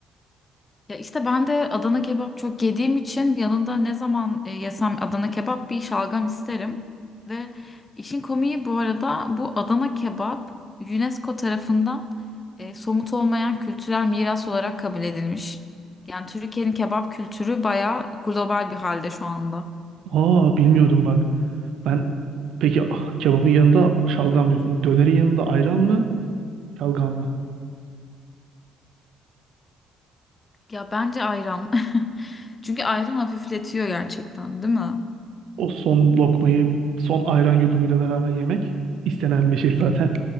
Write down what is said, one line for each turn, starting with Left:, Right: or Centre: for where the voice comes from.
Left: Ya işte ben de Adana kebap çok yediğim için yanında ne zaman e, yesem Adana kebap bir şalgam isterim. Ve işin komiği bu arada bu Adana kebap UNESCO tarafından e, somut olmayan kültürel miras olarak kabul edilmiş. Yani Türkiye'nin kebap kültürü bayağı global bir halde şu anda.
Right: Aa bilmiyordum bak. Ben peki ah, kebabın yanında şalgam diyorsun. Dönerin yanında ayran mı? Şalgam mı?
Left: Ya bence ayran. <laughs> Çünkü ayran hafifletiyor gerçekten, değil mi?
Right: O son lokmayı son ayran yudumuyla beraber yemek istenen bir şey zaten.